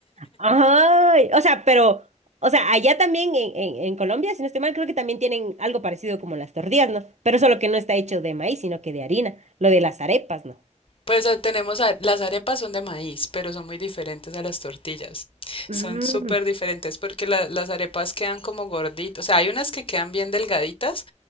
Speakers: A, on the right; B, on the left.
A: Ay, o sea, pero, o sea, allá también en, en, en Colombia, si no estoy mal, creo que también tienen algo parecido como las tortillas, ¿no? Pero solo que no está hecho de maíz, sino que de harina. Lo de las arepas, ¿no?
B: Pues eh, tenemos, a- las arepas son de maíz, pero son muy diferentes a las tortillas.
A: Mm,
B: Son súper diferentes porque la- las arepas quedan como gorditas. O sea, hay unas que quedan bien delgaditas,